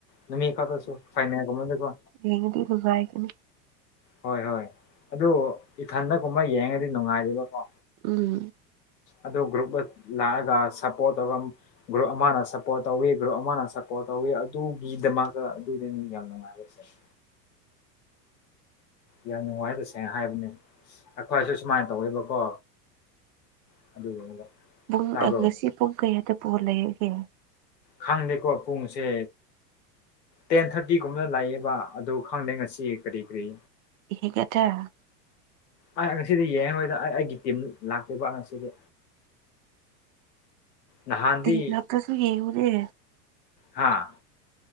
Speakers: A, on the left; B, on the right.
A: ꯅꯨꯃꯤꯠ ꯀꯥꯗ꯭ꯔꯁꯨ ꯐꯥꯏꯅꯒꯨꯝꯕꯗꯀꯣ
B: ꯌꯦꯉꯗꯤ ꯑꯗꯨ ꯉꯥꯢꯕꯅꯤ
A: ꯍꯣꯢ ꯍꯣꯢ ꯑꯗꯨ ꯏꯊꯟꯗ ꯀꯨꯝꯕ ꯌꯦꯡꯉꯗꯤ ꯅꯨꯡꯉꯥꯢꯔꯤꯕꯀꯣ
B: ꯎꯝ
A: ꯑꯗꯨ ꯒ꯭ꯔꯨꯞꯗ ꯂꯥꯛꯑꯒ ꯁꯞꯄꯣꯔꯠ ꯇꯧꯔꯝ ꯒ꯭ꯔꯨꯞ ꯑꯃꯅ ꯁꯞꯄꯣꯔꯠ ꯇꯧꯋꯤ ꯒ꯭ꯔꯨꯞ ꯑꯃꯅ ꯁꯞꯄꯣꯔꯠ ꯇꯧꯋꯤ ꯑꯗꯨꯒꯤꯗꯃꯛꯇ ꯑꯗꯨꯗ ꯌꯥꯝꯅ ꯅꯨꯡꯉꯥꯢꯕꯁꯦ ꯌꯥꯝ ꯅꯨꯡꯉꯥꯢ ꯇꯁꯦꯡꯅ ꯍꯥꯢꯕꯅꯦ ꯑꯩꯈꯣꯢꯁꯨ ꯁꯨꯃꯥꯢꯅ ꯇꯧꯋꯦꯕꯀꯣ <unintelligible>
B: ꯄꯨꯡ
A: ꯇꯥꯕ꯭ꯔꯣ
B: ꯑ ꯉꯁꯤ ꯄꯨꯡ ꯀꯌꯥꯗ ꯕꯣꯜ ꯂꯩꯌꯦꯒꯦ
A: ꯈꯪꯗꯦꯀꯣ ꯄꯨꯡꯁꯦ ꯇꯦꯟ ꯊꯥꯔꯇꯤꯒꯨꯝꯕꯅ ꯂꯩꯑꯦꯕ ꯑꯗꯨ ꯈꯪꯗꯦ ꯉꯁꯤ ꯀꯔꯤ ꯀꯔꯤ
B: <unintelligible>
A: ꯑꯩ ꯉꯁꯤꯗꯤ ꯌꯦꯡꯉꯈꯣꯢꯗꯅ ꯑꯩ ꯑꯩꯒꯤ ꯇꯤꯝ ꯂꯥꯛꯇꯦꯕ ꯉꯁꯤꯗꯤ ꯅꯍꯥꯟꯗꯤ
B: ꯇꯤ ꯂꯥꯛꯇꯁꯨ ꯌꯦꯉꯨꯅꯦ
A: ꯍꯥꯥ